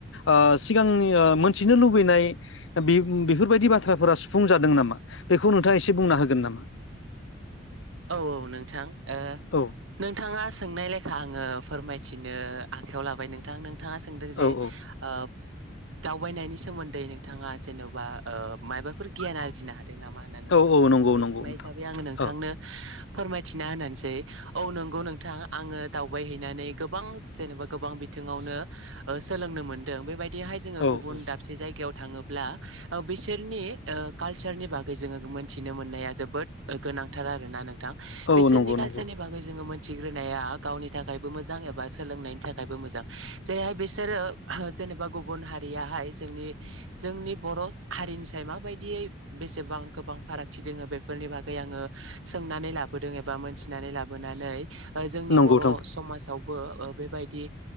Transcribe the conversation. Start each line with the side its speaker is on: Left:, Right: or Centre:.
Left: ओ सिगांनि मोनथिनो लुबैनाय बि बेफोरबायदि बाथ्राफोरा सुफुंजादों नामा बेखौ नोंथाङा एसे बुंना होगोन नामा?
Right: औ औ नोंथां ओ
Left: औ
Right: नोंथाङा सोंनाय लेखा आङो फोरमायथिनो आखायाव लाबाय नोंथां नोंथाङा सोंदों
Left: औ
Right: जे
Left: औ
Right: ओ दावबायनायनि सोमोन्दै नोंथाङा जेन'बा ओ माबाफोर गियान आरजिनो हादों नामा होननानै नोंथां
Left: औ औ नंगौ
Right: सोंथि
Left: नंगौ
Right: सोंनाय
Left: नोंथां
Right: जाबाय आङो नोंथांनो
Left: औ
Right: फोरमायथिना होननानैसै। औ नंगौ नोंथां आङो दावबायहैनानै गोबां जेनेबा गोबां बिथिङावनो सोलोंनो मोनदों बेबायदि। बिहाय जोङो
Left: औ
Right: गुब
Left: औ
Right: दसे जायगायाव थाङोब्ला बिसोरनि कालचारनि बागै जोङो मोनथिनो मोननाया जोबोद गोनांथार। ना आरो ना नोंथां
Left: औ
Right: बिसोरनि
Left: नंगौ
Right: कालसारनि
Left: नंगौ
Right: बागै जोंङो मोन दिथिग्रोनाया गावनि थाखायबो मोजां एबा सोलोंनायनि थाखायबो मोजां जेरैहाय बिसोरो जेनेबा गुबुन हारियाहाय जोंनि जोंनि बर' हारिनि साइ माबायदियै बेसेबां गोबां फारागथि दङो बेफोरनि बागै आङो। सोंनानै लाबोदों एबा मोनथिनानै लाबोनानै जोंनि
Left: नंगौ
Right: बर'
Left: नोंथां
Right: समाज थवबो बेबायदि